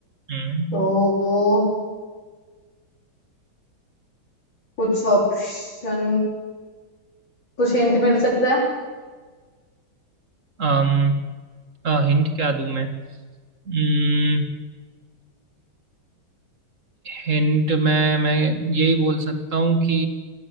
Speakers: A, on the right; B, on the left.
A: हम्म
B: तो कुछ ऑप्शन कुछ हिंट मिल सकता है
A: अम हिंट क्या दूं मैं हम्म, हिंट में मैं यही बोल सकता हूँ कि